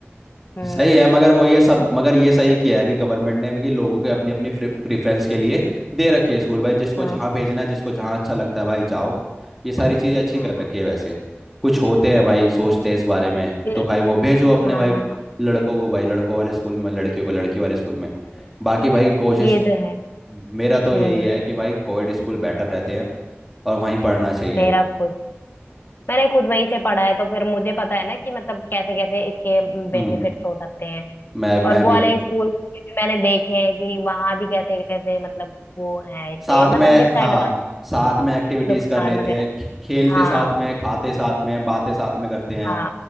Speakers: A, on the left; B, in the centre.
A: हम्म
B: सही है मगर वो ये सब मगर ये सही किया है कि गवर्नमेंट ने भी कि लोगों के अपनी अपनी प्रेफरेंस के लिए दे रखे है स्कूल भाई जिसको
A: हाँ
B: जहाँ भेजना है जिसको जहाँ अच्छा लगता है भाई जाओ ये सारी चीज़ें अच्छी
A: हाँ
B: कर रखी है वैसे कुछ होते हैं भाई सोचते हैं इस बारे में
A: ये-
B: तो भाई वो भेजो अपने
A: हाँ
B: भाई लड़कों को भाई लड़कों वाले स्कूल में लड़कियों को लड़की वाले स्कूल में
A: हम्म,
B: बाकी भाई कोशिश
A: ये तो है
B: मेरा तो
A: हम्म
B: यही है कि भाई कोविड स्कूल बेटर रहते हैं और वहीं पढ़ना चाहिए
A: मेरा खुद मैंने खुद वहीं से पढ़ा है तो फिर मुझे पता है ना कि मतलब कैसे कैसे इसके बेनिफिट्स
B: हम्म
A: हो सकते हैं
B: मैं मैं
A: और वो
B: भी
A: वाले स्कूल के भी मैंने देखे हैं कि वहां भी कैसे कैसे मतलब वो है इसके
B: साथ
A: मतलब
B: में
A: डिसएडवांटेज
B: हाँ साथ में एक्टिविटीज
A: नुकसान
B: कर लेते
A: वगैरह
B: हैं खे- खेलते
A: हाँ
B: साथ में खाते साथ में बातें साथ में करते हैं
A: हाँ